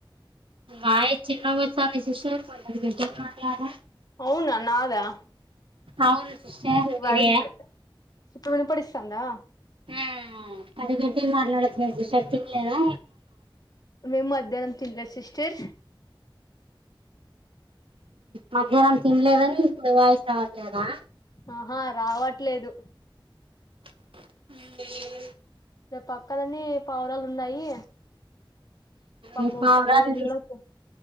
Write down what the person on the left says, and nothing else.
అవునా నాదా
వాళంత
ఇప్పు వినుపడిస్తాందా
మేము మధ్యాహ్నం తిందలే సిస్టర్
ఆహా రావట్లేదు
రేపు పక్కలని పావురాలు ఉన్నాయి పాపము
తన ఇల్లోకి